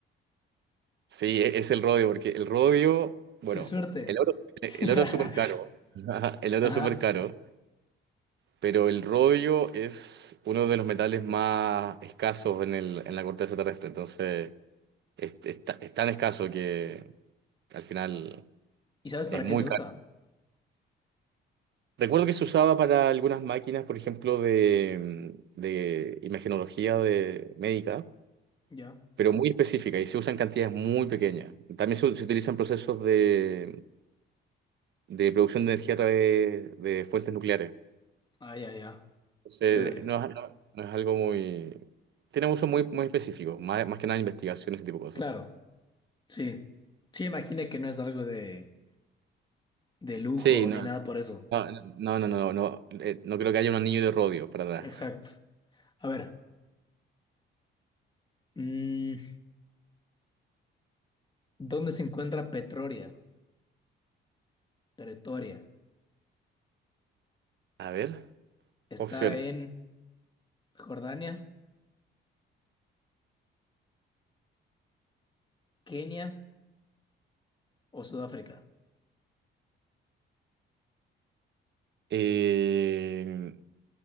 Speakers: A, on the right; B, on the left.
A: Sí, e- es el rodio, porque el rodio, bueno,
B: Qué suerte.
A: el oro, el
B: <laughs>
A: oro es súper caro, <laughs> el oro
B: Ajá.
A: es súper caro, pero el rodio es uno de los metales más escasos en el- en la corteza terrestre, entonces es, es ta- es tan escaso que al final
B: ¿Y sabes
A: es
B: para
A: muy
B: qué se usa?
A: caro. Recuerdo que se usaba para algunas máquinas, por ejemplo, de, de imagenología de médica,
B: Ya.
A: pero muy específica y se usan cantidades muy pequeñas. También se, se utilizan procesos de, de producción de energía a través de de fuentes nucleares.
B: Ah, ya, ya.
A: Entonces,
B: Chévere.
A: no, es no- no es algo muy... Tiene un uso muy, muy específico, más, más que nada investigación, ese tipo de cosas.
B: Claro. Sí, sí, imagina que no es algo de, de lujo
A: Sí, no,
B: ni nada por eso.
A: no, no, no, no, no, no, eh, no creo que haya un anillo de rodio para nada.
B: Exacto. A ver, mm, ¿dónde se encuentra Petroria? Pretoria.
A: A ver,
B: ¿Está
A: opciones.
B: en Jordania, Kenia o Sudáfrica?
A: Eh,